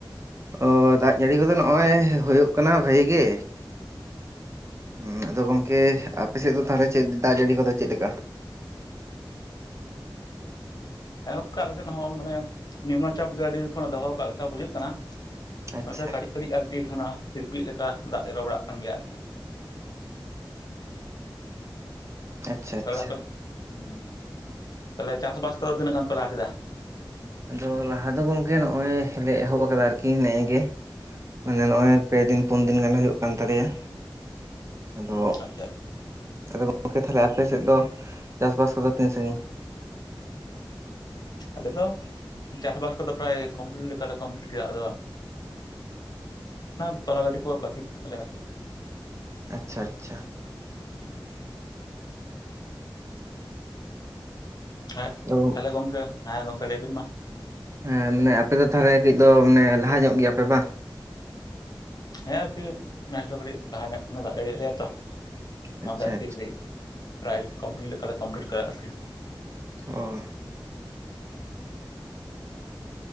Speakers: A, on the right; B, on the left.
A: ᱚ ᱫᱟᱜ ᱡᱲᱤ ᱠᱚᱫᱚ ᱱᱚᱜᱼᱚᱭ, ᱦᱳᱭᱳᱜ ᱠᱟᱱᱟ ᱵᱷᱟᱜ ᱜᱮ᱾ ᱦᱩ ᱟᱫᱚ ᱜᱚᱢᱠᱮ ᱟᱯᱮᱥᱮᱫ ᱫᱚ, ᱛᱟᱦᱚᱞᱮ ᱪᱮᱫ ᱫᱟᱜ ᱡᱟᱹᱲᱤ ᱠᱚᱫᱚ, ᱪᱮᱫ ᱞᱮᱠᱟ?
B: ᱦᱮᱸ ᱜᱚᱝᱠᱮ ᱟᱞᱮ ᱥᱮᱫ ᱦᱚᱸ, ᱢᱟᱱᱮ ᱱᱤᱢᱱᱚ ᱪᱟᱯ ᱜᱮ, ᱟᱹᱰᱤ ᱫᱤᱱ ᱠᱷᱚᱱᱮ ᱫᱚᱦᱚ ᱠᱟᱜ ᱞᱮᱠᱟ ᱵᱩᱡᱷᱟᱹᱜ ᱠᱟᱱᱟ᱾
A: ᱟᱪᱪᱷᱟ
B: ᱚᱱᱟᱛᱮ ᱠᱟᱹᱴᱤᱡ ᱠᱟᱹᱴᱤᱡ ᱟᱨᱠᱤ ᱚᱱᱟ, ᱛᱤᱨᱯᱤ ᱞᱮᱠᱟ ᱫᱟᱜ ᱡᱚᱨ ᱵᱟᱲᱟᱜ ᱠᱟᱱ ᱜᱮᱭᱟ ᱟᱨᱠᱤ ᱾
A: ᱟᱪᱪᱷᱟ
B: ᱛᱟᱦᱞᱮ
A: ᱟᱪᱪᱷᱟ
B: ᱟᱯᱮ ᱦᱮᱸ ᱛᱟᱦᱚᱞᱮ, ᱪᱟᱥ ᱵᱟᱥ ᱠᱚᱫᱚ ᱛᱤᱱᱟᱹᱜ ᱜᱟᱱ ᱯᱮ ᱞᱟᱦ ᱠᱮᱫᱟ?
A: ᱟᱫᱚ ᱞᱟᱦᱟ ᱫᱚ ᱜᱚᱝᱠᱮ, ᱱᱚᱜ ᱚᱭ ᱞᱮ ᱮᱦᱚᱵ ᱟᱠᱟᱫᱟ ᱟᱨᱠᱤ ᱱᱮᱜ ᱜᱮ᱾ ᱢᱟᱱᱮ ᱱᱚᱜ ᱚᱭ ᱯᱮ ᱫᱤᱱ ᱯᱩᱱ ᱫᱤᱱ, ᱜᱟᱱ ᱦᱳᱭᱳᱜ ᱠᱟᱱ ᱛᱟᱞᱮᱭᱟ᱾ ᱟᱫᱚ,
B: ᱟᱪᱪᱷᱟ ᱟᱪᱪᱷᱟ
A: ᱟᱫᱚ ᱜᱚᱝᱠᱮ ᱛᱟᱦᱚᱞᱮ ᱟᱯᱮᱥᱮᱫ ᱫᱚ ᱪᱟᱥ ᱵᱟᱥ ᱠᱚᱫᱚ ᱛᱤᱱ ᱥᱟᱜᱤᱧ?
B: ᱟᱞᱮ ᱫᱚ ᱪᱟᱥᱼᱵᱟᱥ ᱠᱚᱫᱚ, ᱯᱨᱟᱭ ᱠᱚᱢᱯᱞᱤᱴ ᱞᱮᱠᱟᱞᱮ ᱠᱚᱢᱯᱞᱤᱴ ᱠᱮᱫᱟ ᱟᱫᱚ ᱾ ᱚᱱᱟ ᱛᱚᱞᱟ ᱜᱷᱟᱰᱤ ᱠᱚ, ᱵᱟᱠᱤ ᱢᱮᱱᱟᱜ ᱛᱟᱞᱮᱭᱟ ᱟᱨᱠᱤ᱾
A: ᱟᱪᱪᱷᱟ, ᱟᱪᱪᱷᱟ᱾
B: <unintelligible> <unintelligible> ᱦᱮᱸ
A: ᱟᱫᱚ
B: ᱛᱟᱦᱚᱞᱮ ᱜᱚᱝᱠᱮ, ᱦᱮᱸ ᱜᱚᱝᱠᱮ ᱞᱟᱹᱭᱵᱤᱱ ᱢᱟ?
A: ᱦᱮᱸ ᱢᱟᱱᱮ ᱟᱯᱮ ᱫᱚ ᱛᱟᱦᱚᱞᱮ ᱠᱟᱹᱡ ᱫᱚ, ᱢᱟᱱᱮ ᱞᱟᱦᱟ ᱧᱚᱜ ᱜᱮᱭᱟᱯᱮ ᱵᱟᱝ?
B: ᱦᱮᱸ ᱟᱨᱠᱤ ᱱᱮᱥ ᱫᱚ ᱠᱟᱹᱴᱤᱡ ᱞᱟᱦᱟ ᱧᱚᱜ ᱠᱷᱚᱱᱮ ᱫᱟᱜ ᱡᱟᱹᱲᱤᱭᱟᱜ ᱞᱮᱭᱟ ᱛᱚ᱾
A: ᱟᱪᱪᱷᱟ
B: ᱚᱱᱟᱛᱮ ᱟᱨᱠᱤ
A: ᱟᱪᱪᱷᱟ
B: ᱠᱟᱹᱴᱤᱡ ᱯᱨᱟᱭ, ᱠᱚᱢᱯᱞᱤᱴ ᱞᱮᱠᱟᱞᱮ ᱠᱚᱢᱯᱞᱤᱴ ᱠᱟᱜᱼᱟ ᱟᱨᱠᱤ᱾
A: ᱚ,